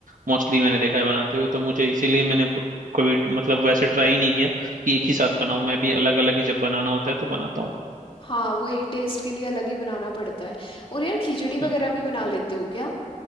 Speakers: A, on the right; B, on the left.
A: मोस्टली मैंने देखा है बनाते हुए तो मुझे इसीलिए मैंने वो- कभी मतलब वैसे ट्राई नहीं किया कि एक ही साथ बनाऊं मैं भी अलग अलग ही जब बनाना होता है तो बनाता हूँ
B: हाँ वही टेस्ट के लिए अलग ही बनाना पड़ता है और यार खिचड़ी वगैरह
A: हम्म,
B: भी बना लेते हो क्या